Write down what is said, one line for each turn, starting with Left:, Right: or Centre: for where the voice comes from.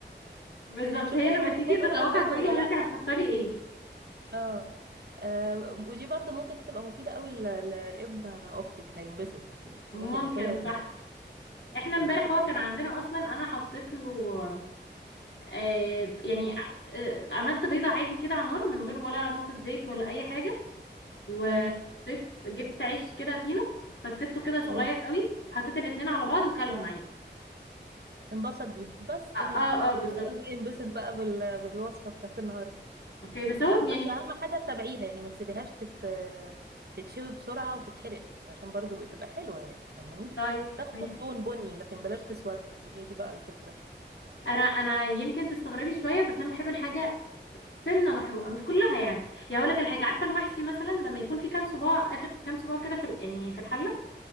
Left: بالظبط
Right: شوفيها
Left: هي لما
Right: هي
Left: تيجي
Right: بتحب
Left: تتوقع
Right: بقى البيض
Left: تقول
Right: ولا
Left: لي هو
Right: لا
Left: انت هتحطي لي ايه
Right: اه آه، ودي برضو ممكن تبقى مفيدة قوي ل- لابن اختك هينبسط يعني ممكن
Left: ممكن
Right: ياكلها وينبسط
Left: صح احنا
Right: يعني
Left: امبارح
Right: تبقى
Left: هو كان عندنا
Right: حلوة.
Left: اصلا انا حطيت له آه يعني آه عملت بيضه عادي كده على النار من غير ولا نقطه زيت ولا اي حاجه وحطيت
Right: تمام
Left: جبت عيش كده فينو فتفته كده صغير
Right: تمام
Left: قوي حطيت الاتنين على بعض وكلهم عادي
Right: انبسط بيها بس
Left: اه
Right: تمام
Left: اه, آه بالظبط
Right: ان شاء الله ينبسط بقى بال... بالوصفة بتاعت النهاردة
Left: اوكي بس هو
Right: بس
Left: يعني
Right: اهم حاجه تتابعيها يعني ما تسيبيهاش تت... تتشوي بسرعه وتتحرق عشان برضو تبقى حلوه يعني فاهماني
Left: طيب
Right: تاخد
Left: ماشي
Right: لون بني لكن بلاش تسود هي دي بقى الفكره
Left: انا انا يمكن تستغربي شويه بس انا بحب الحاجه سنه محروقه مش كلها يعني يعني اقول لك الحاجه عارفه المحشي مثلا لما يكون في كام صباع اخر كام صباع كده في ال- يعني في الحله